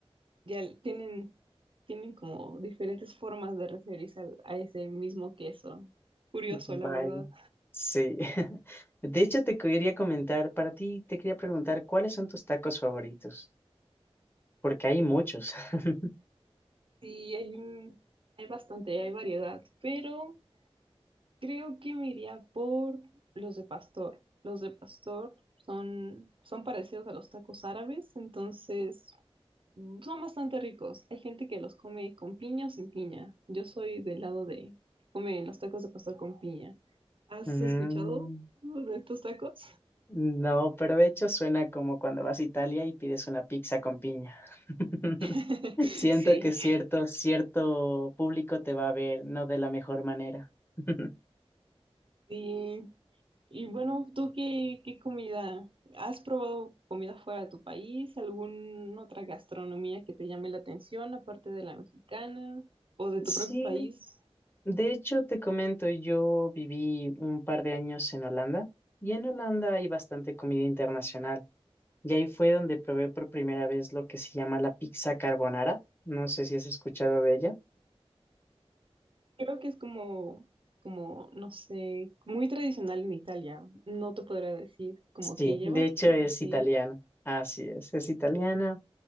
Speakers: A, on the right; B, on the left.
A: ya l- tienen, tienen como diferentes formas de referirse al- a ese mismo queso. Curioso,
B: Vaya,
A: la verdad.
B: sí. <laughs> De hecho, te quería comentar, para ti, te quería preguntar, ¿cuáles son tus tacos favoritos? Porque hay muchos. <laughs>
A: Sí, hay un, hay bastante, hay variedad, pero creo que me iría por los de pastor. Los de pastor son, son parecidos a los tacos árabes, entonces Mm, Son bastante ricos. Hay gente que los come con piña o sin piña. Yo soy del lado de comen los tacos de pastor con piña. ¿Has
B: Mm,
A: escuchado de estos tacos?
B: no, pero de hecho suena como cuando vas a Italia y pides una pizza con piña. <laughs>
A: <laughs>
B: Siento
A: Sí.
B: que cierto, cierto público te va a ver, no de la mejor manera. <laughs>
A: Y, y bueno, ¿tú qué, qué comida? ¿Has probado comida fuera de tu país? ¿Alguna otra gastronomía que te llame la atención aparte de la mexicana o de
B: Sí,
A: tu propio país?
B: De hecho, te comento, yo viví un par de años en Holanda y en Holanda hay bastante comida internacional. Y ahí fue donde probé por primera vez lo que se llama la pizza carbonara. No sé si has escuchado de ella.
A: Creo que es como, como, no sé, muy tradicional en Italia. No te podría decir como
B: Sí,
A: qué lleva,
B: de hecho
A: pero
B: es
A: sí,
B: italiana. Así es, es italiana.